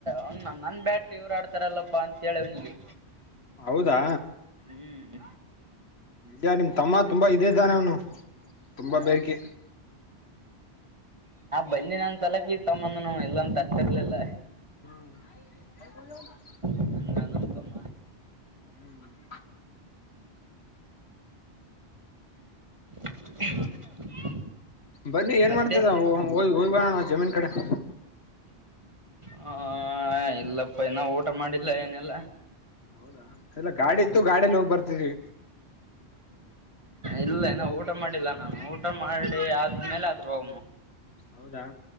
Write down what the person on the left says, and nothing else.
ಹೌದಾ
ಯಾರ್ ನಿಮ್ ತಮ್ಮ ತುಂಬಾ ಇದ್ ಇದಾನೆ ಅವನು. ತುಂಬಾ
ಬೇಕಿ.
ಹ್ಮ್ <unintelligible>
ಹ್ಮ್ <inaudible>
ಬನ್ನಿ ಏನ್
ಮಾಡ್ತದ್ ಹೋಯಿ ಹೋಯ್ಬರಣ. ಆ ಜಮೀನ್ ಕಡೆ. <inaudible>
ಹೌದಾ ಎಲ್ಲ ಗಾಡಿ ಇತ್ತು ಗಾಡಿಲ್ಲಿ ಹೋಗ್ ಬರ್ತಿದ್ವಿ.
ಹೌದಾ